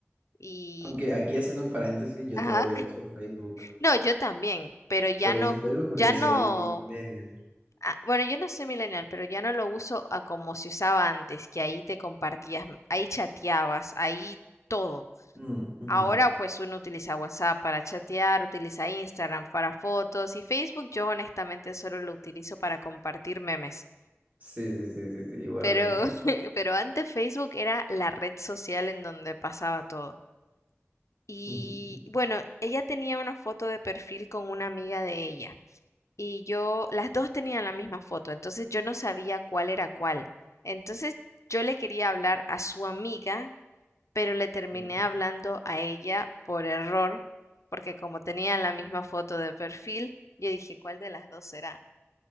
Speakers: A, on the left; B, on the right.
A: Y,
B: Aunque aquí haciendo un paréntesis, yo
A: ajá,
B: todavía uso Facebook.
A: no, yo también, pero ya
B: Todavía
A: no,
B: uso Facebook
A: ya
B: porque
A: no
B: soy millennial.
A: Ah, bueno, yo no soy millennial, pero ya no lo uso a como se usaba antes, que ahí te compartías, ahí chateabas, ahí todo.
B: Mm, ujú.
A: Ahora pues uno utiliza WhatsApp para chatear, utiliza Instagram para fotos y Facebook yo honestamente solo lo utilizo para compartir memes.
B: Sí, sí, sí, sí, sí, igualmente.
A: Pero, <laughs> pero antes Facebook era la red social en donde pasaba todo. Y
B: <laughs>
A: bueno, ella tenía una foto de perfil con una amiga de ella. y yo, las dos tenían la misma foto, entonces yo no sabía cuál era cuál. Entonces yo le quería hablar a su amiga, pero le terminé
B: Sí.
A: hablando a ella por error, porque como tenían la misma foto de perfil, yo dije, ¿cuál de las dos será?